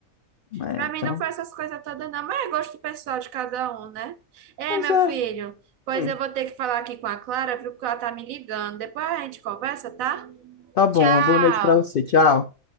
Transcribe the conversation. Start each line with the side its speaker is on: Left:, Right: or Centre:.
Left: É,
Right: Pra
Left: então.
Right: mim não foi essas coisas todas, não, mas é gosto pessoal de cada um, né? É,
Left: Pois
Right: meu
Left: é.
Right: filho, pois
Left: Hum,
Right: eu vou ter que falar aqui com a Clara, viu? Porque ela tá me ligando. Depois a gente conversa, tá?
Left: tá bom,
Right: Tchau!
Left: uma boa noite pra você. Tchau.